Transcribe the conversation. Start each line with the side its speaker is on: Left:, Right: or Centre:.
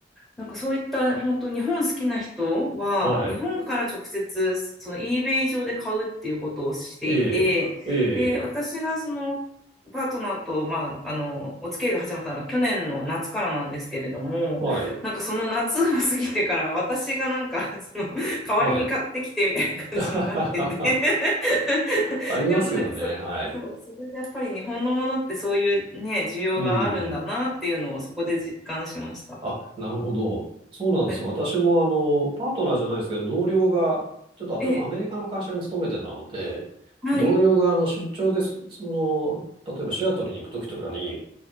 Centre: なんかそういった本当日本好きな人は、
Right: はい。
Centre: 日本から直接その eBay 上で買うっていうことをしていて、
Right: ええ。え
Centre: で、私がその
Right: え。
Centre: パートナーと、まあ、あの、お付き合いが始まったのは去年の夏からなんですけれども、
Right: はい。
Centre: なんかその夏を過ぎてから私がなんか、その、代わりに買ってきてみたいな感じになってて
Right: はい。<laughs>
Centre: <laughs>
Right: ありますよね。
Centre: でもなんかそ、
Right: はい。
Centre: そう、それでやっぱり日本のものってそういうね、需要があるんだなっていうのをそこで実感しました。
Right: うん。あ、なるほど。そうなんですよ。
Centre: はい。
Right: 私もあの、パートナーじゃないですけど、同僚が、ちょっとあたアメリカの会社に勤めてたので、
Centre: え、はい、
Right: 同僚があの出張です、その、例えばシアトルに行くときとかに、